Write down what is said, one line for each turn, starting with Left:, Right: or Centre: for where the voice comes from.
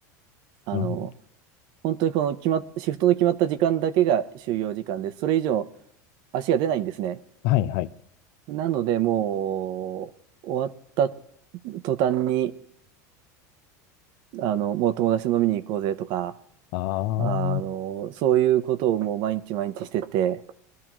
Right: あの、
Left: なるほ
Right: 本当にこの決まっ、シフトの決まった時間だけが就業時間で、それ以上足が出ないんですね。
Left: どはい、はい。
Right: なので、もう、終わった途端に、あの、もう友達と飲みに行こうぜとか、
Left: ああ、
Right: あの、そういうことをもう毎日毎日してて、